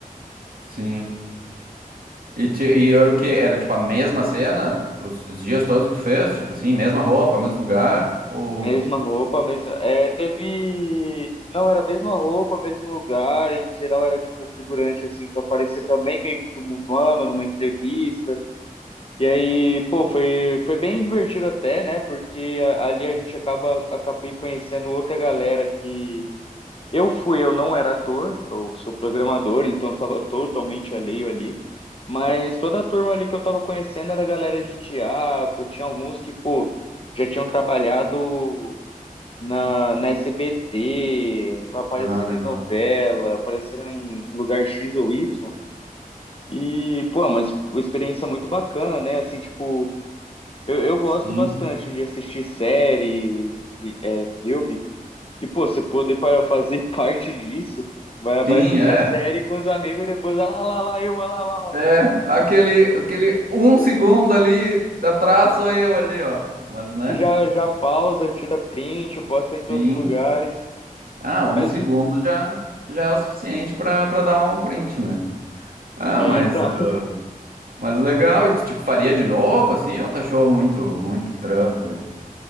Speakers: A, on the right; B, on the left.
A: sim. E, ti- e era o quê? Era tipo a mesma cena? Os os dias todos que tu fez? Tipo assim, mesma roupa, mesmo lugar? Ou.
B: Mesma roupa, mesma. É, teve. Não, era a mesma roupa, mesmo lugar. Em geral era tipo figurante assim pra aparecer também meio que tumultuando numa entrevista. E aí, pô, foi, foi bem divertido até, né? Porque a- ali a gente acaba acabei conhecendo outra galera que eu fui, eu não era ator, eu sou programador, então eu tava totalmente alheio ali. Mas toda a turma ali que eu tava conhecendo era galera de teatro, tinha alguns que, pô, já tinham trabalhado na, na SBT, apareceram
A: Ah, legal.
B: em novela, apareceram em lugar X ou Y. E, pô, é uma ex- uma experiência muito bacana, né? Assim, tipo, eu, eu gosto
A: Sim.
B: bastante de assistir série, li- é, filme. E, pô, você poder pa- fazer <laughs> parte disso, vai,
A: Sim,
B: vai assistir
A: é.
B: a série com os amigos e depois, ah lá, lá, lá, eu, ah lá, lá. ó.
A: É, aquele, aquele um segundo ali atrás sou eu ali, ó. Mas, né?
B: Já, já pausa, tira print, posta em todos
A: Sim.
B: os lugares.
A: Ah, um
B: Mas,
A: segundo já, já é o suficiente pra, pra dar um print, né? Ah,
B: é,
A: mas,
B: então.
A: ah, mas legal. E tu, tipo, faria de novo, assim? Ou tu achou muito, muito trampo? E-